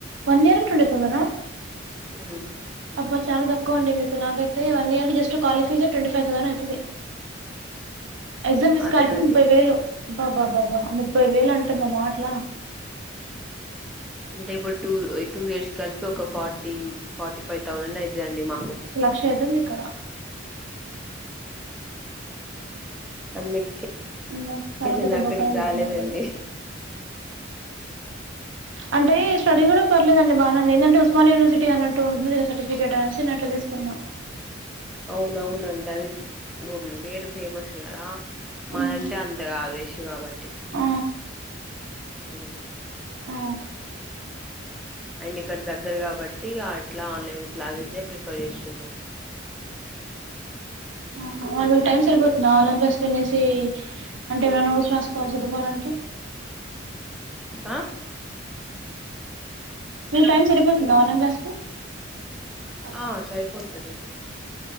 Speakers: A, on the right; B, in the centre.
A: వన్ ఇయర్ కు ట్వంటీ తౌసండ్ హా
B: హ్
A: అబ్బ చాలా తక్కువ అండి మీకు నాగైతే వన్ ఇయర్ జస్ట్ కాలేజ్ ఫీజే ట్వంటీ ఫైవ్ థౌసండ్ అయి తది ఎగ్జామ్ ఫీజు
B: అదే
A: అన్ని కలిపి
B: అండి
A: ముప్పై వేలు అబ్బబ్బ ముప్పై వేలు అంటే మా మాటలా
B: అంటే ఇప్పుడు టూ టూ ఇయర్స్ కి కలిపి ఒక ఫార్టీ ఫార్టీ ఫైవ్ థౌజండ్ అయితయి అండి మాకు
A: క్షేదంది ఇక్కడ
B: అందుకే
A: అమ్మో చాలా
B: నేను
A: పెద్ద
B: అక్కడికి
A: బొక్కన పెడుతున్నారు
B: రాలేదండి.
A: వీళ్ళు అంటే స్టడీ కూడా పర్లేదుదండి. బానేంది ఏందంటే ఉస్మానియ యూనివర్సిటీ అన్నట్టు ఉంటుంది. సర్టిఫికేట్ అనేసి నేను అట్లా తీసుకున్న
B: అవును అవును అండి అది గుందేరు ఫేమస్ గా మదంటే
A: మ్మ్
B: అంత కాదు <unintelligible> కాబట్టి
A: ఆ
B: హ్
A: ఆ
B: అండ్ ఇక్కడ దగ్గర కాబట్టి ఆ అట్లా ఆన్లైన్ క్లాసెస్ ప్రిఫర్ చేస్తున్నాం
A: ఆహా మరి మీకు టైమ్ సరిపోతుందా ఆన్లైన్ క్లాస్ వినేసి అంటె ఏమయినా నోట్స్ రాసుకోవాలి చదువుకోవలి అంటే
B: ఆ
A: మీ టైం సరిపోతుంద ఆన్లైన్ క్లాస్ కి ంత
B: ఆ సరిపోతది